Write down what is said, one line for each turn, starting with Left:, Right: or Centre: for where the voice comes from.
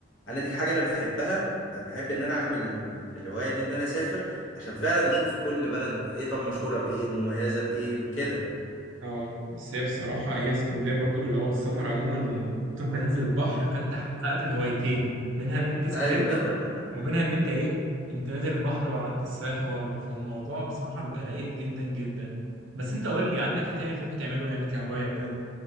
Left: انا دي حاجه انا بحبها بحب ان انا اعمل الهوايه دي ان انا اسافر عشان فعلا اشوف كل بلد ايه طب مشهوره بايه مميزه بايه كده
Right: اه بس هي بصراحة هي اسكندرية برضو اللي هو السفر عموما وتروح ما تنزل البحر فانت حققت الهوايتين منها ان انت سافرت
Left: ايوه <laughs>
Right: ومنها ان انت ايه قمت نازل البحر وعملت السباحة برضو فالموضوع بصراحة بيبقى رايق جدا جدا بس انت قول لي عندك ايه تاني بتحب تعمله يعني كهواية وكده